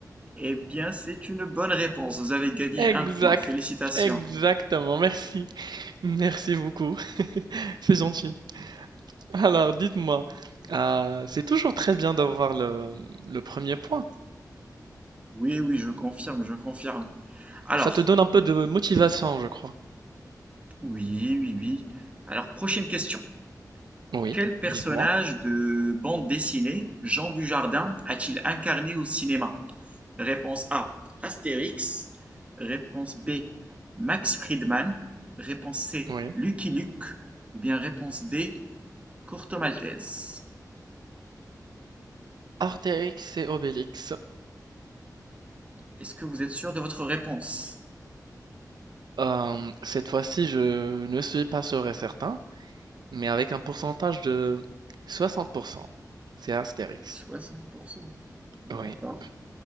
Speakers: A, on the right; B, on the right.
A: Eh bien, c'est une bonne réponse. Vous avez gagné
B: Exact.
A: un point. Félicitations.
B: Exactement. Merci. Merci beaucoup. <laughs> C'est gentil. Alors, dites-moi. Euh, c'est toujours très bien d'avoir le, le premier point.
A: Oui, oui, je confirme, je confirme. Alors,
B: Ça te donne un peu de motivation, je crois.
A: oui, oui, oui. Alors, prochaine question.
B: Oui,
A: Quel personnage
B: dites-moi.
A: de bande dessinée Jean Dujardin a-t-il incarné au cinéma? Réponse A, Astérix. Réponse B, Max Friedman. Réponse C,
B: Oui.
A: Lucky Luke. Ou bien réponse D, Courte maltaise.
B: Astérix et Obélix.
A: Est-ce que vous êtes sûr de votre réponse
B: Euh, cette fois-ci, je ne suis pas sûr et certain, mais avec un pourcentage de 60%. C'est Astérix.
A: 60%. D'accord.
B: Oui. <laughs>